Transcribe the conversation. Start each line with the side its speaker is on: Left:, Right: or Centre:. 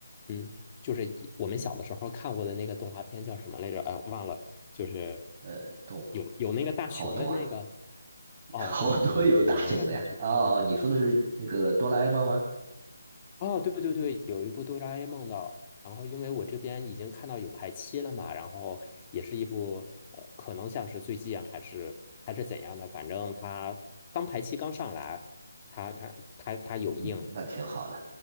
Left: 嗯，就是一我们小的时候看过的那个动画片叫什么来着？哎，忘了，就是
Right: 呃，动画片好多啊，
Left: 有有那个大熊的那个，
Right: <laughs>
Left: 哦，
Right: 好多有大型的呀。
Left: 对对，有那个大熊的，
Right: 哦，哦你说的是那个哆啦 A 梦吗？
Left: 哦，对对对，有一部《哆啦 A 梦》的，然后因为我这边已经看到有排期了嘛，然后也是一部呃，可能像是最近啊还是还是怎样的，反正它刚排期刚上来，它它它它有映，
Right: 嗯，那挺好的，